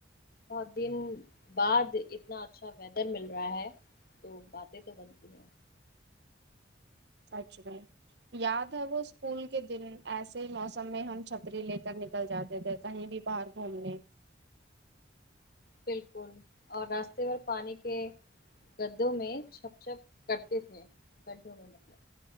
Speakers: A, on the left (about 50°); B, on the right (about 60°).
A: بہت دن بعد اتنا اچھا ویدر مل رہا ہے تو باتیں تو بنتی ہیں
B: سچ بائی یاد ہے وہ اسکول کے دن ایسے ہی موسم میں ہم چھتری لے کر نکل جاتے تھے کہیں بھی باہر گھومنے
A: بالکل اور راستے پر پانی کے گدوں میں چھپ چھپ کرتے تھے گڈھوں میں مطلب